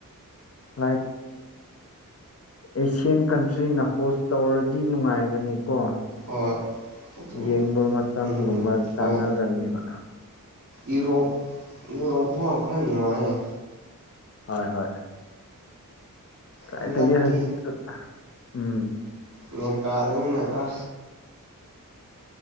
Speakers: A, on the left; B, on the right.
A: like Asian ꯀꯟꯇ꯭ꯔꯤꯅ ꯑꯣꯁ ꯇꯧꯔꯗꯤ ꯅꯨꯡꯉꯥꯏꯒꯅꯤꯀꯣ
B: ꯍꯣꯏ ꯑꯗꯨ
A: ꯌꯦꯡꯕ ꯃꯇꯝꯒꯨꯝꯕ
B: ꯎꯝ
A: ꯆꯥꯅꯒꯅꯦꯕ
B: ꯍꯣꯏ ꯌꯨꯔꯣꯞ ꯌꯨꯔꯣꯞ ꯐꯥꯎ ꯈꯔ ꯅꯨꯡꯉꯥꯏꯌꯦ
A: ꯍꯣꯏ ꯍꯣꯏ ꯀꯥꯏꯗꯒꯤ
B: ꯍꯟꯗꯛꯇꯤ
A: ꯍꯧꯖꯤꯛ ꯎꯝ
B: ꯃꯤꯅ ꯀꯥꯗꯅꯤꯅ ꯑ